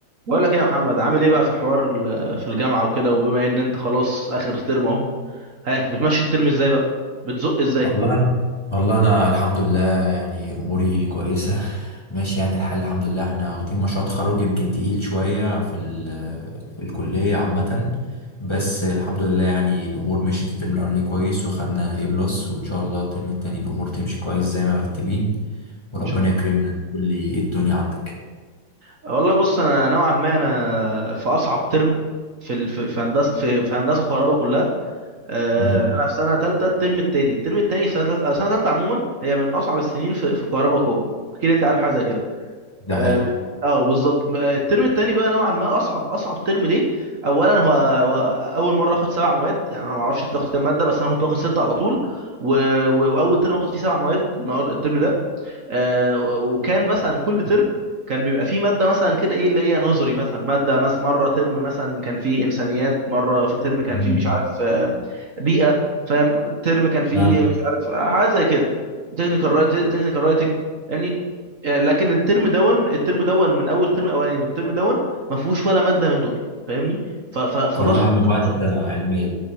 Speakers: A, on the right; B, on the left.
A: بقول لك ايه يا محمد عامل ايه بقى في حوار ال- في الجامعه وكده وبما ان انت خلاص اخر ترم اهو ها بتمشي الترم ازاي بقى بتزق ازاي
B: والله انا والله انا الحمد لله يعني اموري كويسه ماشي يعني الحال الحمد لله احنا واخدين مشروع تخرج يمكن تقيل شويه في ال- في الكليه عامه بس الحمد لله يعني الامور مشيت الترم الاولاني كويس وخدنا A بلس وان شاء الله الترم التاني الامور تمشي كويس زي ما مرتبين وربنا
A: ان شاء الله
B: يكرمنا قول لي ايه الدنيا عندك
A: والله بص انا نوعا ما انا في اصعب ترم في ال- في في هندسه في في هندسه كهرباء كلها آه،
B: امم
A: انا في سنه ثالثه الترم الثاني الترم الثاني في سنه ثالثه سنه ثالثه عموما هي من اصعب السنين في في كهرباء كلها اكيد انت عارف حاجه زي كده
B: ده حقيقي
A: اه آه، بالظبط آه، الترم التاني بقى نوعا ما اصعب اصعب ترم ليه اولا هو, هو اول مره اخد سبع مواد يعني انا ما اعرفش انت تاخد كام ماده بس انا كنت واخد سته على طول و... و... واول ترم اخد فيه سبع مواد النهار الترم ده آه، وكان مثلا كل ترم كان بيبقى فيه ماده مثلا كده ايه اللي هي نظري مثلا ماده مثلا مره ترم مثلا كان فيه انسانيات مره في ترم كان
B: امم
A: فيه مش عارف آه، بيئه فاهم ترم كان فيه
B: آه.
A: مش عارف آه، حاجات زي كده تكنيكال رايت تكنيكال رايتنج يعني آه، لكن الترم دون الترم دون من اول ترم اولاني والترم دون ما فيهوش ولا ماده من دول فاهمني ف- ف- فضغط
B: كلها مواد
A: ضغط رهيب
B: علميه
A: جدا